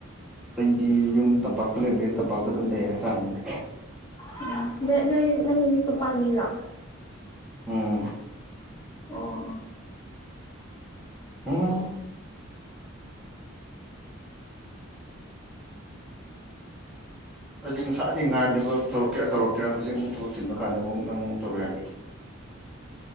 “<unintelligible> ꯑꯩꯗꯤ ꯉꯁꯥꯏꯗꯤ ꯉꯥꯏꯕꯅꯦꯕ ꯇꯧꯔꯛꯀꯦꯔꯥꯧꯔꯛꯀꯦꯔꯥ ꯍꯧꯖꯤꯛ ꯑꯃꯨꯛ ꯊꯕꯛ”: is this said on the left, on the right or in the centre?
Centre